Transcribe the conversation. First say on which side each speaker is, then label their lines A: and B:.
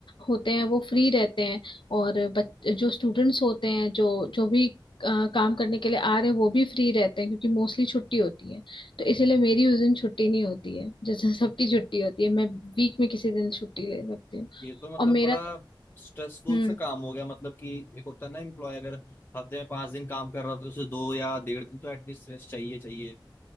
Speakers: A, on the left; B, on the left.
A: होते हैं वो फ्री रहते हैं और बच, जो स्टूडेंट्स होते हैं जो जो भी अ, काम करने के लिए आ रहे हैं वो भी फ्री रहते हैं क्योंकि मोस्टली छुट्टी होती है तो इसीलिए मेरी उस दिन छुट्टी नहीं होती है जिस दिन सबकी छुट्टी होती है मैं वीक में किसी दिन छुट्टी ले सकती हूँ
B: ये तो मतलब
A: और मेरा
B: बड़ा स्ट्रेसफुल
A: तो
B: सा काम हो गया मतलब कि एक होता है ना एम्प्लॉय अगर हफ्ते में पांच दिन काम कर रहा हो तो उसे दो या डेढ़ दिन तो एटलीस्ट रेस्ट चाहिए चाहिए